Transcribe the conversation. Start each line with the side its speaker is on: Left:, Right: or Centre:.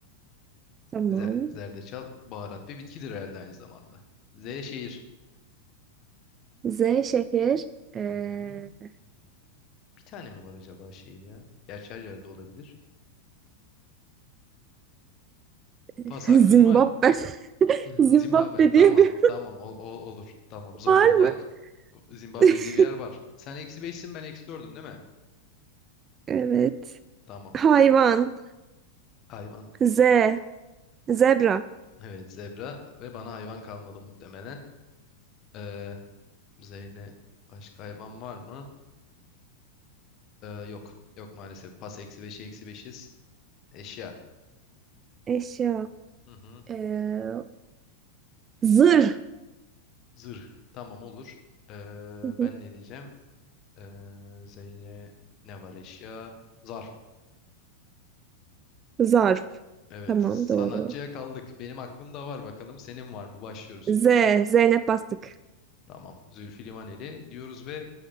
Right: Tamam.
Left: Zer- zerdeçal baharat ve bitkidir herhalde aynı zamanda. Z şehir.
Right: Z şehir. Ee,
Left: Hı hı. Bir tane mi var acaba şehir ya? Gerçi her yerde olabilir.
Right: <laughs>
Left: Pas hakkın
Right: Zimbabwe.
Left: var.
Right: <laughs>
Left: <laughs>
Right: Zimbabwe
Left: Zimbabwe tamam
Right: diye bir
Left: tamam o, o- olur tamam Zonguldak
Right: <laughs> var mı?
Left: Zimbabwe
Right: <laughs>
Left: diye bir yer var. Sen eksi beşsin ben eksi dördüm değil mi?
Right: Evet.
Left: Tamam
Right: Hayvan.
Left: hayvan
Right: Z. Zebra.
Left: evet zebra ve bana hayvan kalmadı muhtemelen. Ee, zeyle başka hayvan var mı? Ee, yok. Yok maalesef. Pas eksi beşe eksi beşiz. Eşya.
Right: Eşya.
Left: Hı hı.
Right: Ee, zırh.
Left: Zırh. Tamam olur. Ee,
Right: <laughs>
Left: ben ne diyeceğim? Ee, Zeyle ne var eşya? Zarf.
Right: Zarf.
Left: Evet.
Right: Tamam
Left: Sanatçıya
Right: doğru.
Left: kaldık. Benim aklımda var bakalım. Senin var mı? Başlıyoruz.
Right: Z. Zeynep bastık.
Left: Tamam. Zülfü Livaneli diyoruz ve